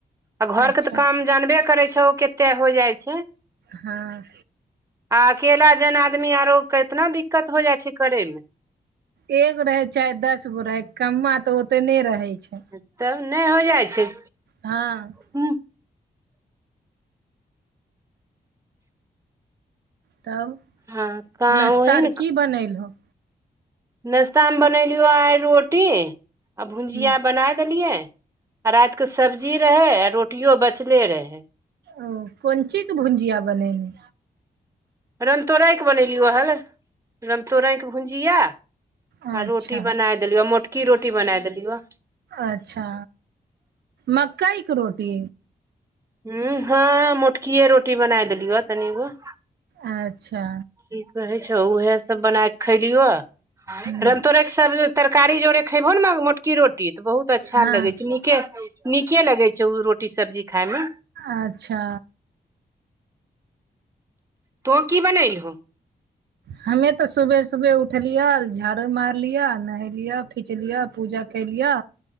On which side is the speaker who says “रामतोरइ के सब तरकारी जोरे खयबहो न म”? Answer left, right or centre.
Right